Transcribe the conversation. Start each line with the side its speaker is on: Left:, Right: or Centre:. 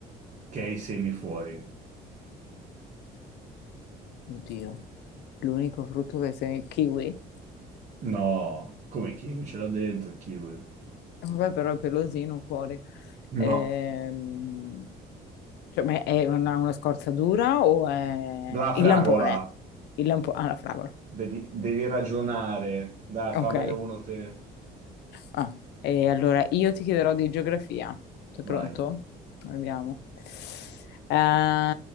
Right: che ha i semi fuori?
Left: Oddio, l'unico frutto che sei il kiwi?
Right: No, come kiwi ce l'ha dentro il kiwi?
Left: Vabbè, però è pelosino fuori.
Right: No,
Left: Ehm, cioè, ma è una, una scorza dura o è...
Right: la
Left: Il
Right: fragola,
Left: lampone. Il lampone. Ah, la fragola.
Right: devi, devi ragionare. Dai, fammene
Left: Ok.
Right: uno te,
Left: Ah, e allora io ti chiederò di geografia. Sei
Right: vai.
Left: pronto? Vediamo. Eh,